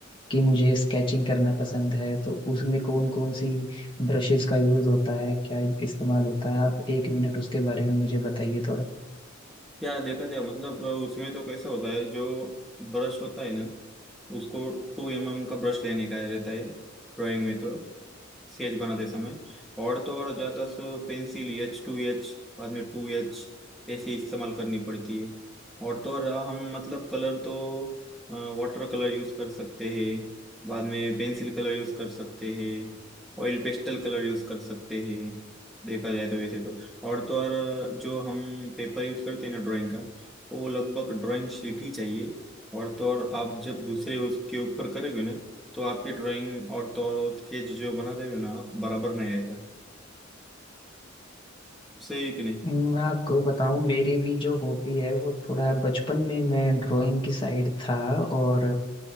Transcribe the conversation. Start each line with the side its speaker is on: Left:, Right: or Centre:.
Left: कि मुझे स्केचिंग करना पसंद है तो उसमें कौन कौन सी ब्रशेस का यूज होता है क्या इस्तेमाल होता है आप एक मिनट उसके बारे में मुझे बताइए थोड़ा
Centre: यार देखा जाए मतलब उसमें तो कैसा होता है जो ब्रश होता है ना उसको टू एम एम का ब्रश लेने का रहता है ड्राइंग में तो स्केच बनाते समय और तो और ज्यादा so pencil H two H बाद में टू एच ऐसे इस्तेमाल करनी पड़ती है और तो और हम मतलब कलर तो वाटर कलर यूज कर सकते हैं बाद में पेंसिल कलर यूज कर सकते हैं ऑयल पेस्टल कलर यूज कर सकते हैं देखा जाए तो वैसे तो और तो और अ, जो हम पेपर यूज करते हैं ना ड्राइंग का वो लगभग ड्राइंग शीट ही चाहिए और तो और आप जब दूसरे उसके ऊपर करेंगे ना तो आपकी ड्राइंग और तो और स्केच जो बना रहे हो ना आप बराबर नहीं आएगा सही है कि नहीं
Left: हम्म, आपको बताऊं मेरी भी जो हॉबी है वो थोड़ा बचपन में मैं ड्राइंग की साइड था और